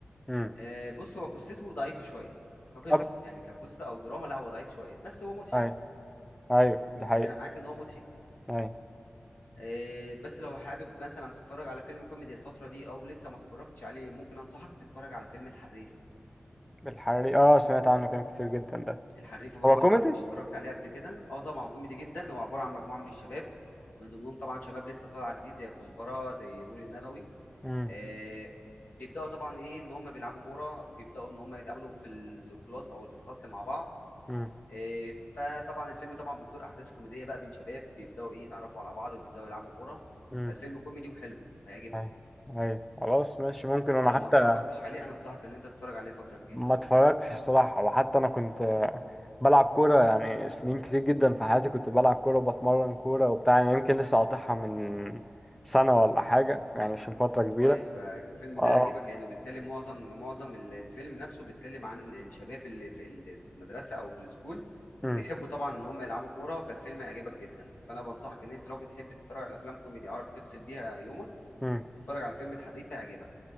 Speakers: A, in the centre; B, on the left.
A: امم
B: آه، بص هو قصته ضعيفه شويه كقصه
A: طب
B: يعني كقصه او دراما لا هو ضعيف شويه بس هو مضحك
A: ايوه ايوه دي حقيقة
B: يعني انا معاك ان هو مضحك
A: ايوه
B: آه، بس لو حابب مثلا تتفرج على فيلم كوميدي الفتره دي او لسه ما اتفرجتش عليه ممكن انصحك تتفرج على فيلم الحريفه
A: الحريق اه سمعت عنه كلام كتير جدا ده
B: الحريفه برضو
A: هو كوميدي
B: انا ما كنتش اتفرجت عليه قبل كده اه طبعا كوميدي جدا هو عباره عن مجموعه من الشباب من ضمنهم طبعا شباب لسه طالعه جديد زي كزبره زي نور النبوي
A: امم
B: آه بيبداوا طبعا ايه ان هم بيلعبوا كوره بيبداوا ان هم يتقابلوا في ال- في الكلاس او في الفصل مع بعض
A: امم
B: آه فطبعا الفيلم طبعا بتدور احداث كوميديه بقى بين شباب بيبداوا ايه يتعرفوا على بعض وبيبداوا يلعبوا كوره
A: امم
B: فالفيلم كوميدي وحلو هيعجبك
A: ايوه ايوه خلاص ماشي ممكن انا
B: فلو
A: حتى
B: ما اتفرجتش عليه انا انصحك ان انت تتفرج عليه الفتره الجايه
A: ما اتفرجتش الصراحة وحتى انا كنت آه، بلعب كورة يعني سنين كتير جدا في حياتي كنت بلعب كورة وبتمرن كورة وبتاع يعني يمكن لسه قاطعها من سنة ولا حاجة يعني عشان فترة كبيرة
B: كويس فالفيلم
A: اه
B: ده يعجبك لانه بيتكلم معظم معظم ال- الفيلم نفسه بيتكلم عن الشباب اللي في ال- في المدرسه او في السكول
A: امم
B: وبيحبوا طبعا ان هم يلعبوا كوره فالفيلم هيعجبك جدا فانا بنصحك ان انت لو بتحب تتفرج على افلام كوميدي عربي تفصل بيها يومك
A: امم
B: اتفرج على فيلم الحريف هيعجبك